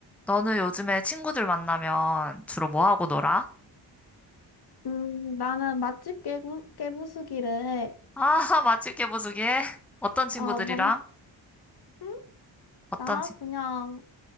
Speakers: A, in the centre; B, on the left (about 55°).
A: 너는 요즘에 친구들 만나면 주로 뭐 하고 놀아?
B: 음, 나는 맛집 깨부, 깨부수기를, 해.
A: 아, <laughs> 맛집 개보수기 해? <laughs> 어떤 친구들이랑?
B: 어, 먹, 응?
A: 어떤
B: 나
A: 친구?
B: 그냥,